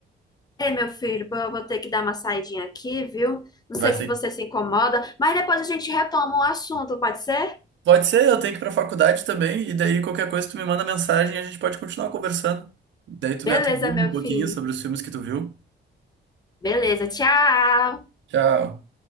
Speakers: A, on the left; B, on the right.
A: Ei, meu filho, pô, eu vou ter que dar uma saidinha aqui, viu? Não
B: Vai
A: sei se
B: ter.
A: você se incomoda, mas depois a gente retoma o assunto, pode ser?
B: Pode ser, eu tenho que ir pra faculdade também e daí qualquer coisa tu me manda mensagem e a gente pode continuar conversando. Daí tu
A: Beleza,
B: me atualiza
A: meu
B: um pouquinho
A: filho.
B: sobre os filmes que tu viu.
A: Beleza, tchau!
B: Tchau.